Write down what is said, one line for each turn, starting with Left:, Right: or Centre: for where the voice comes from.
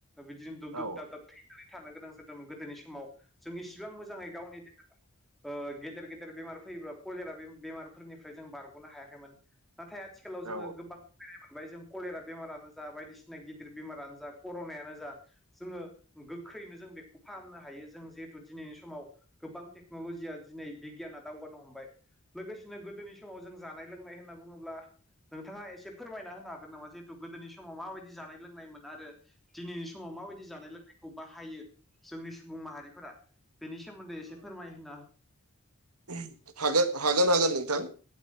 Centre: बिदिजों दुब-दुब
Right: औ
Centre: दाब-दाब थैनानै थानो गोनां जादोंमोन गोदोनि समाव जों इसिबां मोजाङै गावनि देहाखौ ओ गेदेर-गेदेर बेमार फैयोब्ला कलेरा बे-बेमारफोरनिफ्राय जों बारग'नो हायाखैमोन। नाथाय आथिखालाव जोङो
Right: औ
Centre: गोबां <unintelligible> मोनबाय जों कलेरा बेमारानो जा बायदिसि ना गिदिर बेमारानो जा कर'नायानो जा जोङो गोख्रैनो जों बेखौ फाहामनो हायो जों जिहेथु दिनैनि समाव गोबां टेक्न'ल'जिया दिनै बिगियाना दावगानो हमबाय। लोगोसेनो गोदोनि समाव जों जानाय लोंनाय होनना बुङोब्ला नोंथाङा एसे फोरमायना होनो हागोन नामा जिहेथु गोदोनि समाव माबायदि जानाय लोंनायमोन आरो दिनैनि समाव माबायदि जानाय लोंनायखौ बाहायो जोंनि सुबुं माहारिफोरा। बेनि सोमोन्दै एसे फोरमाय होना।
Right: <unintelligible> हागोन-हागोन-हागोन नोंथां।